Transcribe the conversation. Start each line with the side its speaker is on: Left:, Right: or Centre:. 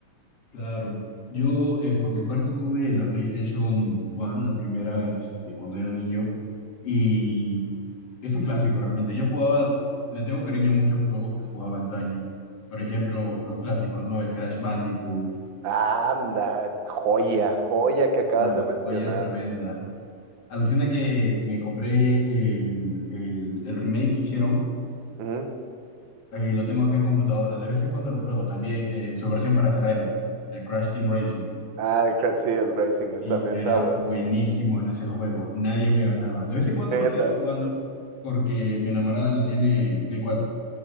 Left: Claro, yo eh, por mi parte tuve la PlayStation 1, la primera este, cuando era niño, y es un clásico realmente. Yo jugaba, le tengo cariño a muchos juegos que jugaba antaño. Por ejemplo, los clásicos, ¿no? El Crash Bandicoot,
Right: Anda, joya,
Left: sí,
Right: joya que acabas
Left: una
Right: de mencionar.
Left: joya tremenda. Alucina que me compré el, el- el remake que hicieron,
Right: Ujú.
Left: eh, lo tengo acá en computadora. De vez en cuando lo juego también, eh, su versión para carreras, el Crash Team Racing.
Right: Ah, el, cra- sí, el Racing está,
Left: Sí, yo
Right: está
Left: era
Right: bueno.
Left: buenísimo en ese juego, nadie me ganaba. De vez en cuando
Right: Neta.
Left: lo sigo jugando porque mi enamorada lo tiene en Play cuatro